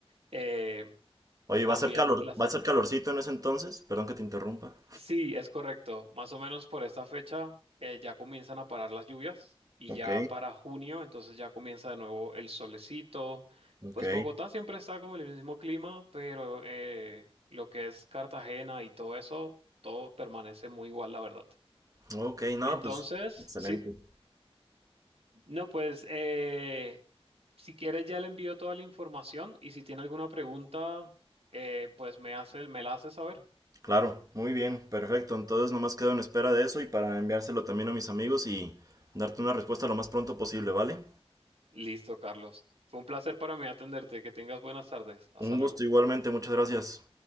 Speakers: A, on the right; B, on the right.
A: eh,
B: Oye,
A: también
B: ¿va a ser calor,
A: la... cer-
B: va a ser calorcito en ese entonces? Perdón que te interrumpa.
A: Sí, es correcto. Más o menos por esta fecha eh, ya comienzan a parar las lluvias y
B: Ok,
A: ya para junio, entonces ya comienza de nuevo el solecito.
B: ok.
A: Pues Bogotá siempre está como en el mismo clima, pero eh, lo que es Cartagena y todo eso, todo permanece muy igual, la verdad.
B: Ok, no,
A: Entonces,
B: pues excelente.
A: sí, no, pues eh, si quieres ya le envío toda la información y si tiene alguna pregunta, eh, pues me hace, me la hace saber.
B: Claro, muy bien, perfecto. Entonces nomás quedo en espera de eso y para enviárselo también a mis amigos y darte una respuesta lo más pronto posible, ¿vale?
A: Listo, Carlos. Fue un placer para mí atenderte. Que tengas buenas tardes. Hasta
B: Un
A: luego.
B: gusto igualmente, muchas gracias.